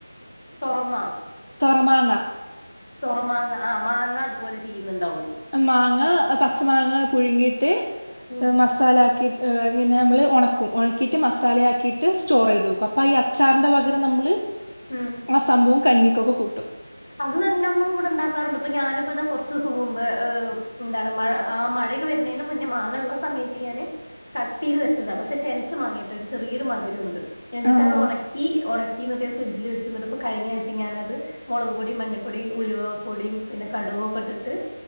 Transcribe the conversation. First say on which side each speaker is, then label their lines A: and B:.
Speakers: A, on the left (about 45°); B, on the left (about 75°).
A: തൊറമ?
B: തൊറമാങ്ങ.
A: തൊറ മാങ്ങ. ആ മാങ്ങ അതുപോലെ ചെയ്യുന്നുണ്ടാവും?
B: മാങ്ങ. പച്ച മാങ്ങ പുഴുങ്ങിയിട്ട്
A: ഉം
B: മസാല. ക്കി ഇങ്ങനെ നമ്മൾ ഉണക്കും. ഉണക്കിയിട്ട് മസാലയാക്കിയിട്ട് സ്റ്റോറെ യ്ത് വെക്കും. അപ്പ ഈ അച്ചാറിൻ്റെ പകരം നമ്മള്.
A: ഉം
B: ആ സംഭവം കഞ്ഞിക്കൊക്കെ കൂട്ടും.
A: അത് ഞമ്മള് ഇവിടെ ണ്ടാക്കാറ്ണ്ട്. ഇപ്പൊ ഞാനിപ്പ താ കുറച്ചൂസം മുമ്പ് എന്താണ് മഴ ആ. മഴക്കെ വര്ന്നേന് മുന്നെ. മാങ്ങള്ള സമയത്ത് ഞാന് കട്ടീത് വെച്ചതാ, പക്ഷെ ചെൻച്ച മങ്ങേട്ടാ രു ചെറിയരു മ. ധുരണ്ട്. എന്നിട്ട്
B: ആഹ്
A: അത് ഒണക്കി, ഒണക്കി ഞാന് ഫ്രിഡ്ജിൽ വെച്ച്ന്ന് ട്ടി പ്പൊ കഴിഞ്ഞാഴ്ച ഞാനത്. മുളക് പൊടി, മഞ്ഞപ്പൊടി, ഉലുവാ പ്പൊടിയും പിന്നെ കടുവൊക്കെ ട്ടിട്ട്